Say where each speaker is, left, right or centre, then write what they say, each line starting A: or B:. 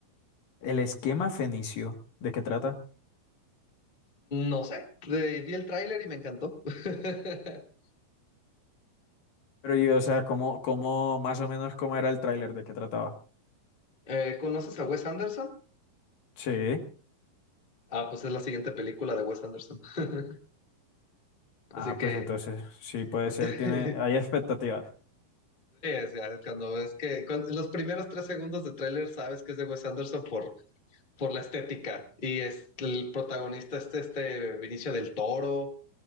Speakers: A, on the left (about 70°); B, on the left (about 20°).
A: El esquema fenicio, ¿de qué trata?
B: No sé, eh, vi el tráiler y me encantó. <laughs>
A: Pero yo, o sea, cómo, cómo, más o menos cómo era el tráiler, de qué trataba.
B: Eh, ¿conoces a Wes Anderson?
A: Sí.
B: Ah, pues es la siguiente película de Wes Anderson. <laughs> Así
A: Ah,
B: que,
A: pues entonces,
B: <laughs>
A: sí puede ser, tiene,
B: sí,
A: hay expectativas.
B: o sea, cuando ves que con- los primeros tres segundos de tráiler sabes que es de Wes Anderson por, por la estética. Y es el protagonista este, este Vinicio del Toro.